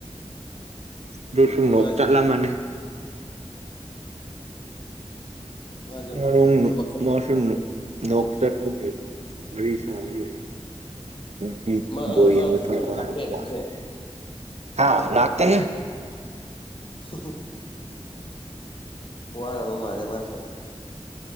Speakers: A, on the right (about 70°); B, on the left (about 45°).
A: ꯑꯗꯨꯁꯨ
B: ꯖꯨ ꯀꯗꯥꯏꯗ
A: ꯅꯣꯛ ꯆꯠꯂꯝꯃꯅꯤ
B: ꯃꯥꯗꯣ
A: ꯃꯔꯣꯡ
B: ꯃꯨꯛ ꯊꯕꯛ ꯆꯠꯊꯣꯛ
A: ꯃꯥꯁꯨ ꯅꯣꯛ ꯆꯠꯄꯒꯤ ꯋꯥꯔꯤ ꯁꯒꯥꯔꯤ ꯃꯊꯤ
B: ꯃꯥ
A: ꯕꯣꯏ
B: ꯃꯥ
A: ꯌꯥꯡꯕ ꯊꯣꯔꯛꯑꯣ
B: ꯆꯔꯆ ꯂꯥꯛꯇꯦ
A: ꯍꯥꯏꯕꯔꯦꯍꯦ
B: ꯉꯁꯤ
A: ꯍ ꯂꯥꯛꯇꯦꯍꯦ
B: ꯍ ꯍ ꯋꯥꯔꯕ ꯃꯥꯅꯦ ꯃꯥꯁꯨ